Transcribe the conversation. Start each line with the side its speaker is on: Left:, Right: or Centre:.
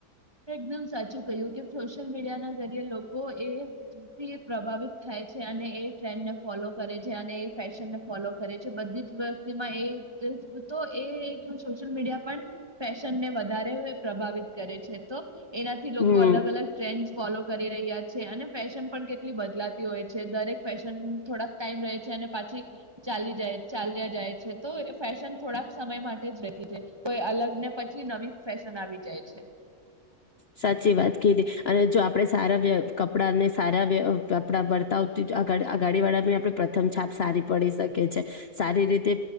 Right: એકદમ સાચું કહ્યું કે સોશિયલ મીડિયા ના જરીએ લોકો એ પ્રભાવિત થાય છે અને એ ટ્રેન્ડ ને ફોલો કરે છે અને એ ફેશનને ફોલો કરે છે બધી જ વ્યતિમાં એ તો એ એક સોશિયલ મીડિયા પણ ફેશન ને વધારે પ્રભાવિત કરે છે. તો એનાથી લોકો
Left: હમ
Right: અલગ-અલગ ટ્રેન્ડ ફોલો કરી રહ્યા છે અને ફેશન પણ કેટલી બદલાતી હોય છે દરેક ફેશન થોડાક ટાઈમ રહે છે અને પાછી ચાલી જાય ચાલ્યા જાય છે તો ફેશન થોડાક સમય માટે જ રહેતી છે કોઈ અલગને પછી નવી ફેશન આવી જાય છે.
Left: સાચી વાત કીધી અને જો આપણે સારા કપડાને સારા કપડા વર્તાવતી અગાડી વાળામાં આપણે પ્રથમ છાપ સારી પડી શકે છે સારી રીતે